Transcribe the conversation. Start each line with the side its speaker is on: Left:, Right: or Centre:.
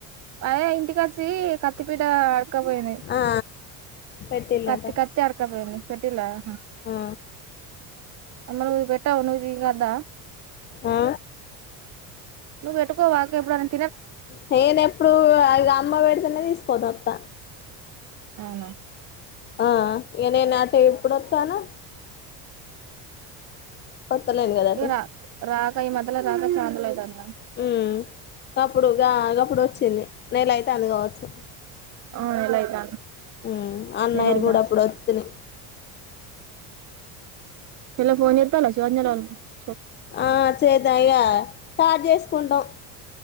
Right: అదే ఇంటికచ్చి కత్తిపీట అడక్కపోయింది
Left: ఆ ఆ పెట్టిల్లట
Right: కత్తి కత్తి ఆడక్కపోయింది పెట్టిల్లా అహా
Left: ఆ
Right: మరు పెట్టావ్ ను నీకద్దా
Left: ఆ
Right: నువ్వు పెటుకోవాకే ఎప్పుడన్
Left: నేనెప్పుడూ అ ఇగ అమ్మ పెడితేనే తీసుకోదత్త
Right: అవునా
Left: ఆ ఇక నే నాట ఎప్పుడుొస్తానా వత్తలేను కదా అటు
Right: ఏ రా రాక ఈ మధ్యల రాక చాన్ <unintelligible>
Left: ఉ అప్పుడు గ అప్పుడు వచ్చింది నేలయితాంది కావచ్చు
Right: ఆ నెల అయితాంది
Left: మ్ అన్నయిరు
Right: నెల అయితాంది
Left: కూడప్పుడు వత్తిని
Right: చల ఫోన్ జేత్తల <inaudible>
Left: ఆ చేద్ద ఇగ చాట్ చేసుకుంటాం